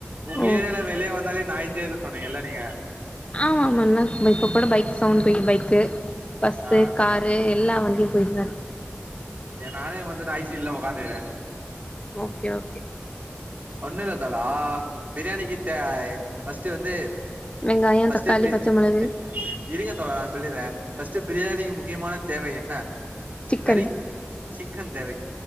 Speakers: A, on the right; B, on the left.
A: உங்க
B: ஓ
A: ஏர்யால வெளிய வந்தாலே நாய்ஸியா இருக்குன் சொன்னிங்கல்ல நீங்க
B: ஆமா ஆமா நா இந்தா இப்ப கூட பைக் சவுண்ட் போய் பைக்கு பஸ்ஸு
A: ஆ
B: கார் ரு எல்லா வண்டியு போயிட்டுதா இருக்கு
A: எ நானே வந்து நா ஐசில்ல உக்காந்துக்குறே
B: ஓகே ஓகே
A: ஒண்ணு இல்ல தோழா பிரியாணிக்கு தே ஃபர்ஸ்ட் வந்து
B: வெங்காயோ
A: ஃபர்ஸ்ட்
B: தக்காளி
A: எப்டி
B: பச்ச மொளகு
A: எ இருங்க தோழா சொல்லிறே ஃபர்ஸ்ட் பிரியாணிக்கு முக்கியமான தேவ எண்ணெ
B: சிக்கன்
A: கறி சிக்கன் தேவை